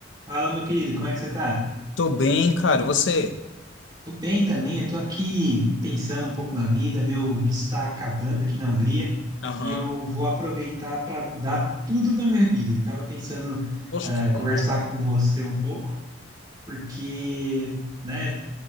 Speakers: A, on the right; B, on the left.
A: Fala, meu querido, como é que você tá?
B: Tô bem, cara. Você?
A: Tô bem também, eu tô aqui pensando um pouco na vida, meu visto tá acabando aqui na Hungria
B: Aham,
A: e eu vou aproveitar para mudar tudo na minha vida. E tava pensando
B: Poxa,
A: ah,
B: que bom,
A: conversar
B: cara.
A: com você um pouco, porque, né,